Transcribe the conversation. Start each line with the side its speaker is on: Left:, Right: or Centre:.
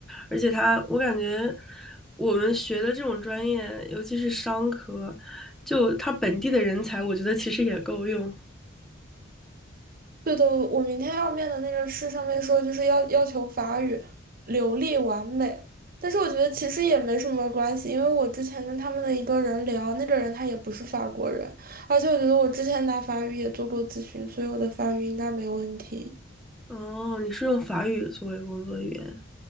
Centre: 而且它，我感觉我们学的这种专业，尤其是商科，就它本地的人才，我觉得其实也够用。
Right: 对的，我明天要面的那个试上面说就是要要求法语流利完美，但是我觉得其实也没什么关系，因为我之前跟他们的一个人聊，那个人他也不是法国人，而且我觉得我之前拿法语也做过咨询，所以我的法语应该没问题。
Centre: 哦，你是用法语作为工作语言？